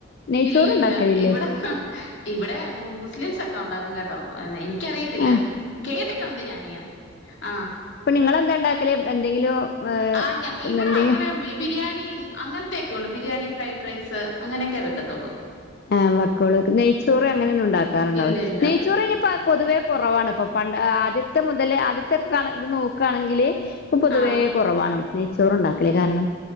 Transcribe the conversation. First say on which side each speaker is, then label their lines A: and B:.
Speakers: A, on the left (about 50°); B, on the left (about 70°).
A: നെയ്ച്ചോറുണ്ടാക്കലില്ലേ
B: ഇല്ലില്ല ഇവിടെ അഹ് ക്കെ ഇവിടെ മു മുസ്ലിംസൊക്കെ ഒണ്ടാക്കും കെട്ടോ എന്ന് എനി ക്കറിയത്തില്ല
A: ആഹ്
B: കേട്ടിട്ടുണ്ട് ഞാനിങ്ങനെ ആഹ്
A: അപ്പ നിങ്ങെന്താ ഇണ്ടാക്കല് എന്തെങ്കിലും ഏഹ്
B: ആഹ് ഞ ഇവിടെ
A: എന്തെ
B: അങ്ങനെ ബി ബിരിയാണിം അങ്ങൻത്തെയെക്കെ ഒള്ളു ബിരിയാണി, ഫ്രൈഡ് റൈസ് അങ്ങനെ ഒക്കെ വെക്കത്തൊള്ളൂ
A: ആഹ് വെക്കൊള്ളേക്ക്‌ നെയ്ച്ചോറ് അങ്ങനെ ഒന്നും ഇണ്ടാക്കാറ് ഇണ്ടാവുല
B: ഇല്ല ഇല്ല
A: നെയ്ച്ചോറ് അയ്‌ന് ഇ പ്പ പൊതുവേ കൊറവാണ് ഇപ്പൊ പണ്ട് ആദ്യത്തെ മുതല് ആദ്യതൊക്കെ കാണാ ഇത് നോക്കാണെങ്കില് ഇപ്പൊ പൊതുവേ
B: ആഹ്
A: കൊ റവാണ് നെയ്ച്ചോറ് ഇണ്ടാക്കല് കാരണം